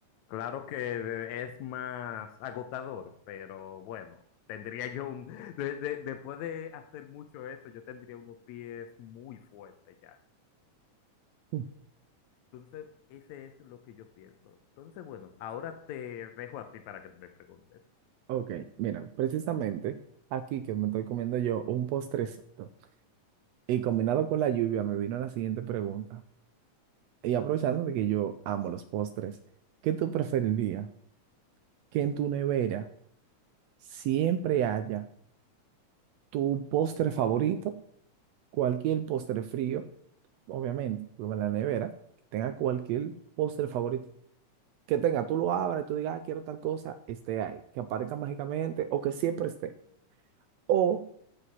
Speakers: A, on the left; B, on the right.
A: Claro que es más agotador, pero bueno, tendría yo un... <laughs> de- de- después de hacer mucho eso, yo tendría unos pies muy fuertes ya.
B: Mm.
A: Entonces, ese es lo que yo pienso. Entonces, bueno, ahora te dejo a ti para que me preguntes.
B: Ok, mira, precisamente aquí que me estoy comiendo yo un postrecito y combinado con la lluvia me vino la siguiente pregunta. Y aprovechando de que yo amo los postres, ¿qué tú preferirías? Que en tu nevera siempre haya tu postre favorito, cualquier postre frío, obviamente, como en la nevera, que tenga cualquier postre favorito que tenga, tú lo abres, tú digas, "Ah, quiero tal cosa, esté ahí, que aparezca mágicamente o que siempre esté. O